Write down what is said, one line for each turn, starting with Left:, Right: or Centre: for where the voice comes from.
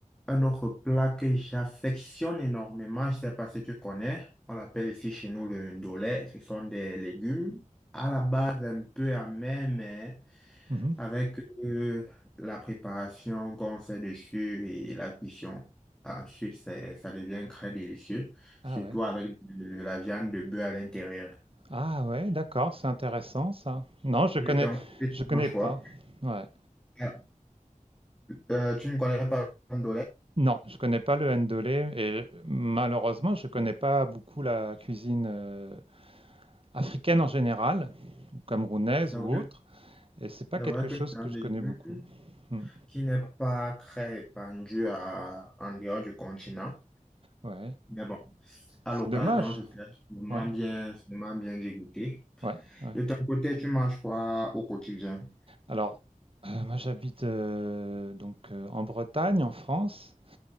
Centre: un autre plat que j'affectionne énormément, je ne sais pas si tu connais, on l'appelle ici chez nous le ndolé, ce sont des légumes à la base un peu amers, mais
Right: Mhm.
Centre: avec euh, la préparation qu'on fait dessus et la cuisson. Ensuite, c'est- ça devient très délicieux, surtout
Right: Ah ouais,
Centre: avec de la viande de bœuf à l'intérieur.
Right: ah ouais, d'accord, c'est intéressant ça. Non, je
Centre: Et
Right: connais,
Centre: de ton côté,
Right: je
Centre: tu
Right: connais
Centre: manges
Right: pas.
Centre: quoi?
Right: Ouais.
Centre: Ah, euh, tu ne connais pas le pomme
Right: Non, je connais pas le ndolé et malheureusement, je connais pas beaucoup la cuisine euh, africaine en général, ou camerounaise
Centre: C'est vrai,
Right: ou autre, et c'est pas
Centre: c'est
Right: quelque
Centre: vrai
Right: chose
Centre: que c'est
Right: que
Centre: un légume
Right: je connais beaucoup. Hmm.
Centre: qui n'est pas très répandu à- en dehors du continent.
Right: Ouais,
Centre: Mais bon, à
Right: c'est
Centre: l'occasion,
Right: dommage.
Centre: je serais sûrement
Right: Ouais,
Centre: bien, sûrement bien dégoûté.
Right: ouais, ouais.
Centre: De ton côté, tu manges quoi au quotidien?
Right: Alors, euh, moi j'habite euh, donc euh, en Bretagne, en France,